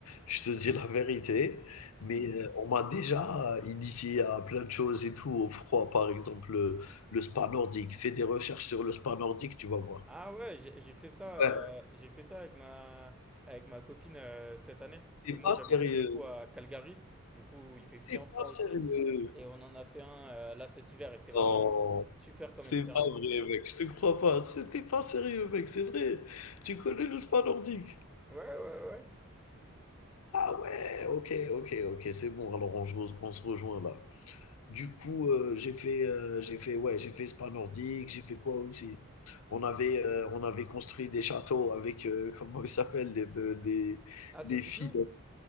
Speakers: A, on the left; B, in the centre.
A: je te dis la vérité, mais heu, on m'a déjà initié à plein de choses et tout, au froid, par exemple, le le spa nordique. Fais des recherches sur le spa nordique, tu vas voir.
B: Ah ouais, j'ai j'ai fait ça, euh,
A: Ouais,
B: j'ai fait ça avec ma, avec ma copine euh, cette année. Parce
A: tu
B: que moi,
A: pas
B: j'habite
A: sérieux,
B: du coup à Calgary. Du coup, il fait bien
A: T'es
B: froid
A: pas
B: aussi.
A: sérieux.
B: Et on en a fait un euh, là cet hiver. Et c'était vraiment
A: Non.
B: euh, super comme
A: C'est
B: expérience.
A: pas vrai, mec, je te crois pas. C'était pas sérieux, mec, c'est vrai. Tu connais le spa nordique?
B: Ouais, ouais, ouais.
A: Ah ouais, OK, OK, OK, c'est bon. Alors on se re on se rejoint là. Du coup, heu, j'ai fait, heu, j'ai fait ouais, j'ai fait spa nordique, j'ai fait quoi aussi? On avait, heu, on avait construit des châteaux avec, heu, <laughs> comment ils s'appellent les be les
B: Ah,
A: les
B: des
A: filles
B: igloos?
A: de